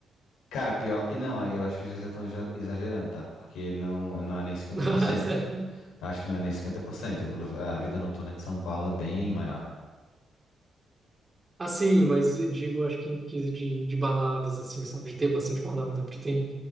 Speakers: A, on the left; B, on the right.
A: Cara, pior que não, aí eu acho que vocês já estão exa- exagerando, tá? Porque não, não é nem 50%.
B: <laughs>
A: Acho que não é nem 50%. A vida noturna de São Paulo é bem maior.
B: Assim, mas eu digo, acho que em quesito de, de baladas, assim, sabe, de ter bastante balada, porque tem